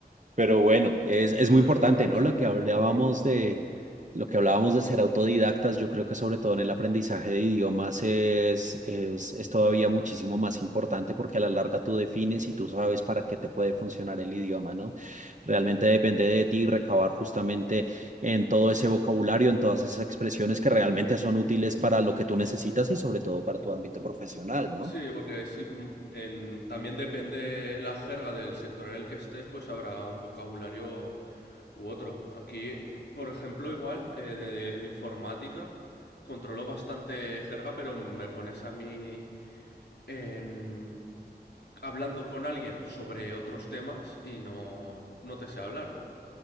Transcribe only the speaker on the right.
Pero bueno, es,
es muy
importante,
¿no?
Lo que hablábamos
de, lo que hablábamos de ser autodidactas, yo creo que sobre todo en el aprendizaje de idiomas es, es, es todavía muchísimo más importante porque a la larga tú defines y tú sabes para qué te puede funcionar el idioma, ¿no? Realmente depende de ti recabar justamente en todo
ese vocabulario, en todas esas expresiones que realmente son útiles para lo que tú necesitas y sobre todo para tu ámbito profesional, ¿no?